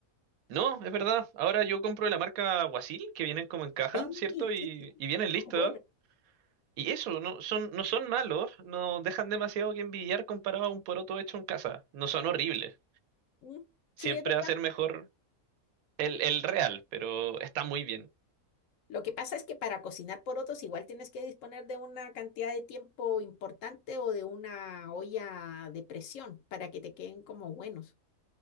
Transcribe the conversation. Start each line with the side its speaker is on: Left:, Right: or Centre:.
Right: No, es verdad. Ahora yo compro de la marca Guasil, que vienen como en caja,
Left: Sí,
Right: ¿cierto? Y,
Left: sí,
Right: y vienen listos.
Left: bueno,
Right: Y eso, no son, no son malos, no dejan demasiado que envidiar comparado a un poroto hecho en casa. No son horribles.
Left: mm, sí,
Right: Siempre
Left: es verdad.
Right: va a ser mejor el, el real, pero está muy bien.
Left: Lo que pasa es que para cocinar porotos igual tienes que disponer de una cantidad de tiempo importante o de una olla de presión para que te queden como buenos.